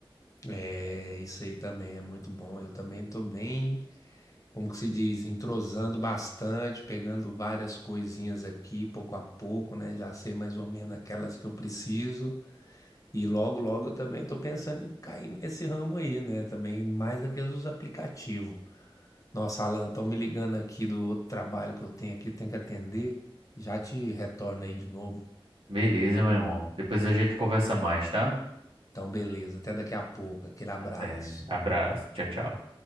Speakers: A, on the left; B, on the right.
A: É, isso aí também é muito bom. Eu também estou bem, como que se diz, entrosando bastante, pegando várias coisinhas aqui, pouco a pouco, né? Já sei mais ou menos aquelas que eu preciso. E logo, logo eu também estou pensando em cair nesse ramo aí, né? Também mais daqueles dos aplicativos. Nossa, Alan, estão me ligando aqui do outro trabalho que eu tenho aqui, tenho que atender. Já te retorno aí de novo.
B: Beleza, meu irmão. Depois a gente conversa mais, tá?
A: Então, beleza, até daqui a pouco. Aquele abraço.
B: Até. Abraço. Tchau, tchau.